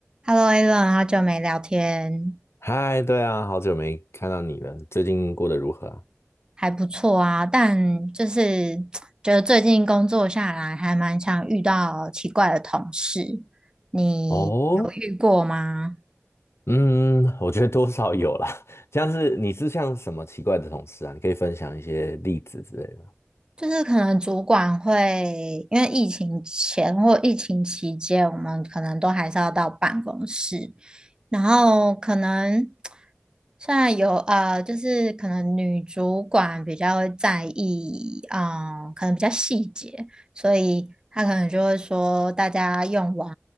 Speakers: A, on the right (about 20°); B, on the left (about 65°).
A: Hello, Alan，好久没聊天，
B: 嗨，对啊，好久没看到你了，最近过得如何啊？
A: 还不错啊。但就是觉得最近工作下来，还蛮常遇到奇怪的同事，你有遇过吗？
B: 哦，嗯，我觉得多少有啦。<laughs> 像是你是像什么奇怪的同事啊？你可以分享一些例子之类的吗。
A: 就是可能主管会，因为疫情前或疫情期间，我们可能都还是要到办公室，然后可能现在有呃，就是可能女主管比较会在意，啊，可能比较细节，所以她可能就会说，大家用完